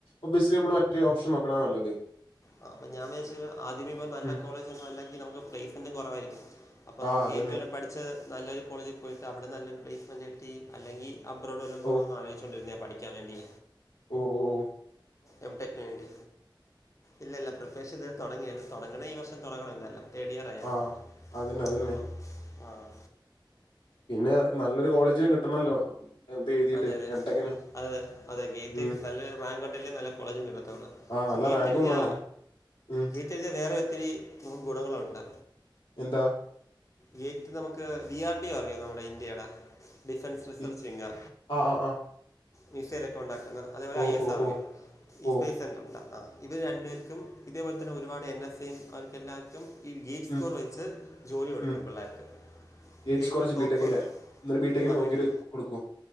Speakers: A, on the left; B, on the left.
A: ഒബ്വിയസ്ലി നമ്മള് മറ്റേ ഓപ്ഷൻ നോക്കണ നല്ലത്
B: ആഹ് അപ്പം ഞാൻ വിയാച് ആദ്യമേ ഇപ്പം നല്ല
A: ഉം.
B: കോളേജൊന്നും അല്ലെങ്കി നമുക്ക് പ്ലേസ്മെന്റും കുറവായിരിക്കും അപ്പം നമ്മൾ
A: ആഹ് അതന്നെ.
B: ഗേറ്റ് വരെ പഠിച്ച് നല്ലൊരു കോളേജിൽ പോയിട്ട് അവിടെ നല്ലൊരു പ്ലേസ്മെന്റ് കിട്ടി അല്ലെങ്കി അബ്രോഡ് വല്ലോം പോണോന്ന്
A: ഓഹ്.
B: ആലോചിച്ചോണ്ടി രുന്ന പഠിക്കാൻ വേണ്ടി
A: ഓഹ് ഓം
B: എം ടെക് കഴിഞ്ഞിട്ട് ഇല്ലില്ല പ്രിപ്പറേഷൻ ഇതുവരെ തുടങ്ങീല്ല തുടങ്ങണേ ഈ വർഷം തുടങ്ങണം എന്തായാലും തേഡ് ഇയർ ആയാർന്ന്
A: ആഹ്. അതന്നെ അതന്നെ.
B: അപ്പം ആഹ്
A: പിന്നെ നല്ലൊരു കോളേജിലും കിട്ടണല്ലോ എന്ത് എഴുതിട്ടേ
B: അതെ അതെ
A: എം ടെക്കിന്
B: അതെ അതെ ഗേറ്റ്
A: ഉം.
B: നല്ലൊരു റാങ്ക് ണ്ടെങ്കി നല്ല കോളേജും കിട്ടത്തോളു
A: ആഹ്
B: പക്ഷേ
A: നല്ല
B: ഗേറ്റ്
A: റാങ്കും
B: എഴുതിയാ
A: വേണം. ഉം.
B: ഗേ റ്റ് എഴുതിയാ വേറെ ഒത്തിരി ഗുണങ്ങൾ ഒണ്ട്
A: എന്താ
B: ഗേറ്റ് നമുക്ക് ഡി ആർ ഡി ഒ അറിയോ നമ്മടെ ഇന്ത്യേടെ ഡിഫൻസ് റിസർച്ചിങ്ങ്
A: ബി ആഹ് ആഹ് ആഹ്.
B: മിസൈലൊക്കെ ഉണ്ടാക്കുന്ന അതേപോലെ
A: ഓഹ്
B: ഐ എസ്
A: ഓഹ്
B: ആർ
A: ഓഹ്
B: ഒ യും ഈ
A: ഓഹ്.
B: സ്പേസ് സെൻ്റർണ്ടാ ആഹ് ഇവർ രണ്ടുപേർക്കും ഇതേപോലെ തന്നെ ഒരുപാട് എൻ എസ് എ യും അവർക്കെല്ലാർക്കും ഈ ഗേറ്റ്
A: ഉം
B: സ്കോർ വെച്ച് ജോലി കൊടുക്കും
A: ഉം.
B: പിള്ളേർക്ക്
A: ഗേറ്റ്
B: ഗേറ്റിൽ
A: സ്കോർ ജി
B: ടോപ്പ്
A: ബിടെക്കിന്റെ. ഇന്നലെ ബിടെക്കിന്റെ
B: അവിട്ട്
A: നോക്കിട്ട് കൊടുക്കൂ.